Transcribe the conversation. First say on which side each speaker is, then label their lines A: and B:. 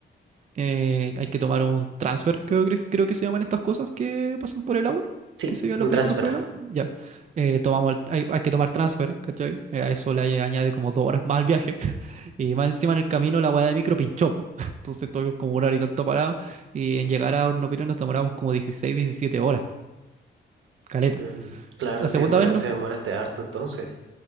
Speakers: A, on the right (about 35°); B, on the right (about 85°).
A: eh, hay que tomar un transfer, creo, que- creo que se llaman estas cosas que pasan por el agua,
B: sí,
A: que se llevan
B: un
A: los vehículos
B: transfer.
A: por el agua. Ya, Eh, tomamos, el- hay, hay que tomar transfer, ¿cachai? Eh, a eso le añade como dos horas más al viaje. <laughs> Y más encima en el camino la weá de micro pinchó, po. <laughs> Entonces estuvimos como una hora y tanto parado. Y en llegar a Hornopirón nos demoramos como 16, 17 horas. Caleta.
B: Mm, claro,
A: La segunda
B: te demora-
A: vez no,
B: se demoraste harto entonces.